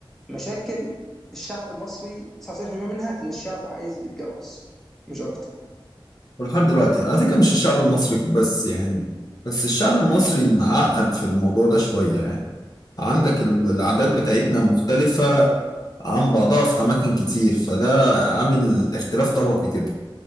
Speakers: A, in the centre; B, on the left.
A: مشاكل الشعب المصري 99% منها ان الشعب عايز يتجوز مش اكتر
B: ولحد دلوقتي على فكرة مش الشعب المصري بس يعني بس الشعب المصري معقد في الموضوع ده شوية يعني عندك ال- العادات بتاعتنا مختلفة عن بعضها في أماكن كتير فده عامل اختلاف طبقي كده